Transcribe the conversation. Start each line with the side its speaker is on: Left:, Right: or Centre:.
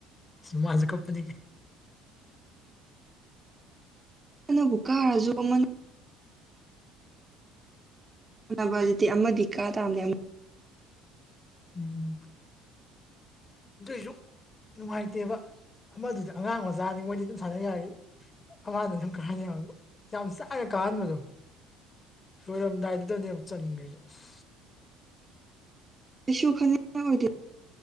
Left: ꯃꯥꯁꯨ ꯀꯞꯄꯅꯤ
Right: ꯀꯅꯕꯨꯛꯀꯥꯔꯁꯨ ꯑꯃ ꯁꯥꯟꯅꯕ ꯍꯧꯖꯤꯛꯇꯤ ꯑꯃꯗꯤ ꯀꯥ ꯇꯥꯝꯂꯦ
Left: ꯎꯝ ꯑꯁꯨ ꯅꯨꯡꯉꯥꯏꯇꯦꯕ ꯑꯃꯗꯨꯗꯤ ꯑꯉꯥꯡ ꯃꯆꯥꯅꯤ ꯃꯣꯏꯗꯤ ꯑꯗꯨꯝ ꯁꯥꯟꯅ ꯌꯥꯏ ꯑꯃꯗ ꯑꯗꯨꯝ ꯀꯥꯍꯟꯅꯤ ꯌꯥꯝ ꯆꯥꯡꯅ ꯀꯥꯍꯟꯕꯗꯣ ꯂꯣꯏꯔꯝꯗꯥꯏꯗꯨꯗꯅꯤ ꯌꯥꯝ ꯆꯪꯅꯤꯡꯈ꯭ꯔꯁꯦ
Right: ꯀꯩꯁꯨ ꯈꯅꯤꯡꯉꯥꯏ ꯑꯣꯏꯗꯦ